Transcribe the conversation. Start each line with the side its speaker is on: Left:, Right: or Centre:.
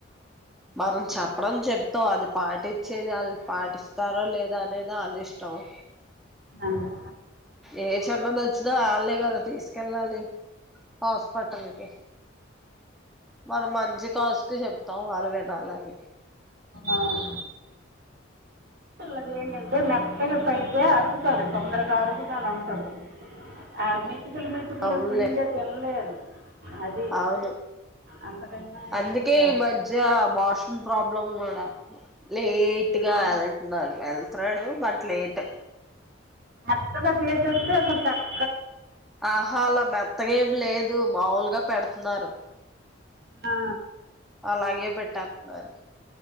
Centre: మనం చెప్పడం చెప్తాం అది పాటించేది ఆళ్ పాటిస్తారో లేదా అనేది ఆళ్లిష్టం అవు
Right: అంది.
Centre: ఏ చిన్నదొచ్చినా ఆళ్లే కదా తీసుకెళ్ళాలి హస్పటల్ కి మరి మన్ జిగాస్కి చెప్తాం వాళ్లువిన అలాగే
Right: ఆ. అది ఏంటంటే మెత్తగా పెడితే అరుగుతది తొందరగా అరుగుదల ఉండ్రదు ఆ మెతుకులు మెతుకులు
Centre: అవునులే
Right: ఇప్పుడు ఇంకా తినలేరు అది
Centre: అవును
Right: అంతకన్నా
Centre: అందుకే
Right: ఏం కాదు
Centre: ఈ మధ్య వాష్రూమ్ ప్రాబ్లమ్ కూడ్ లేట్ గా
Right: ఆ,
Centre: ఎళ్తున్నాడు వెళ్తున్నాడు బట్ లేట్
Right: టక్కున చేసేస్తే అసల్ టక్
Centre: ఆహా అలా మెత్తగా ఏమి లేదు మాములుగా పెడుతున్నారు
Right: ఆ
Centre: అలాగే పెట్టతున్నారు